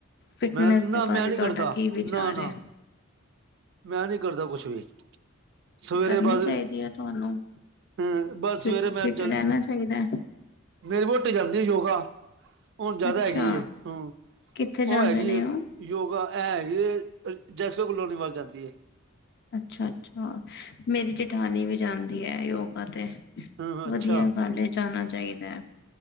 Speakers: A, on the left; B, on the right.
A: ਫਿਟਨੈਸ
B: ਮੈਂ ਨਾ
A: ਦੇ ਬਾਰੇ
B: ਮੈਂ ਨੀ ਕਰਦਾ
A: ਤੁਹਾਡਾ ਕੀ ਵਿਚਾਰ
B: ਨਾ ਨਾ
A: ਐ।
B: ਮੈਂ ਨਹੀਂ ਕਰਦਾ ਕੁਛ ਵੀ। ਸਵੇਰੇ
A: ਕਰਨੀ
B: ਬਸ,
A: ਚਾਹੀਦੀ ਹੈ ਤੁਹਾਨੂੰ
B: ਹੂੰ ਬਸ
A: ਫਿਟ
B: ਸਵੇਰੇ ਮੈਂ
A: ਫਿਟ
B: ਜਲ
A: ਰਹਿਣਾ ਚਾਹੀਦਾ
B: ਮੇਰੀ ਵੋਟੀ ਜਾਂਦੀ ਆ ਯੋਗਾ। ਹੁਣ ਜ਼ਿਆਦਾ
A: ਅੱਛਾ
B: ਹੈਗੀ। ਹੂੰ
A: ਕਿੱਥੇ ਜਾਂਦੇ
B: ਉਹ ਹੈਗੀ
A: ਨੇ ਉਹ
B: ਯੋਗਾ ਇਹਗੀ ਜੈਸਕ ਗਲੋਨੀ ਵੱਲ ਜਾਂਦੀ ਐ।
A: ਅੱਛਾ, ਅੱਛਾ ਮੇਰੀ ਜੇਠਾਨੀ ਵੀ ਜਾਂਦੀ ਹੈ ਯੋਗਾ ਤੇ।
B: ਹਾਂ ਅੱਛਾ
A: ਵਧੀਆ ਗੱਲ ਐ ਜਾਣਾ ਚਾਹੀਦਾ ਹੈ।